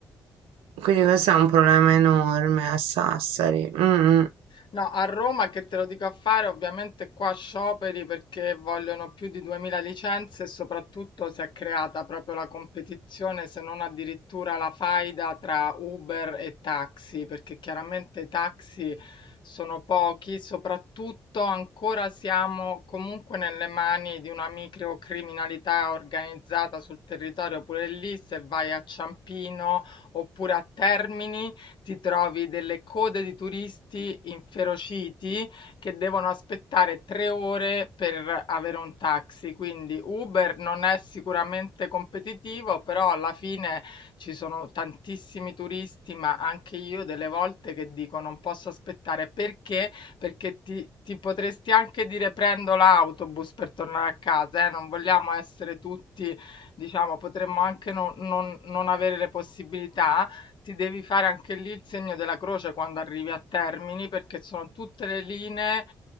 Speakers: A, on the right; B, on the left.
A: Quindi questo è un problema enorme a Sassari. Mm, mm.
B: No, a Roma che te lo dico a fare, ovviamente qua scioperi perché vogliono più di 2000 licenze e soprattutto si è creata proprio la competizione, se non addirittura la faida tra Uber e taxi, perché chiaramente i taxi sono pochi, soprattutto ancora siamo comunque nelle mani di una microcriminalità organizzata sul territorio, pure lì se vai a Ciampino oppure a Termini ti trovi delle code di turisti inferociti che devono aspettare 3 ore per avere un taxi. Quindi Uber non è sicuramente competitivo, però alla fine ci sono tantissimi turisti, ma anche io delle volte che dico non posso aspettare perché? Perché ti, ti potresti anche dire prendo l'autobus per tornare a casa, eh? Non vogliamo essere tutti, diciamo, potremmo anche non non- non avere le possibilità ti devi fare anche lì il segno della croce quando arrivi a Termini, perché sono tutte le linee